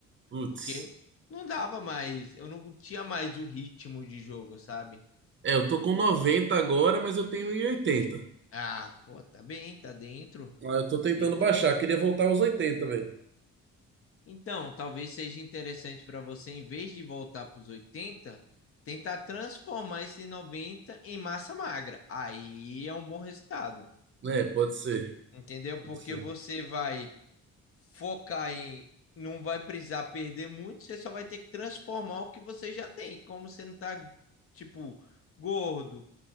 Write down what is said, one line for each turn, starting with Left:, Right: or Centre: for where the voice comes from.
Right: putz.
Left: porque não dava mais, eu não tinha mais o ritmo de jogo, sabe?
Right: É, eu tô com 90 agora, mas eu tenho um oitenta.
Left: Ah, pô, tá bem, tá dentro,
Right: Ah, eu tô
Left: tá
Right: tentando
Left: bem dentro.
Right: baixar. Queria voltar aos 80, velho.
Left: Então, talvez seja interessante para você, em vez de voltar para os 80, tentar transformar esse 90 em massa magra. Aí é um bom resultado,
Right: É, pode ser.
Left: entendeu?
Right: Pode
Left: Porque
Right: ser.
Left: você vai focar em. Não vai precisar perder muito, você só vai ter que transformar o que você já tem. Como você não tá, tipo, gordo,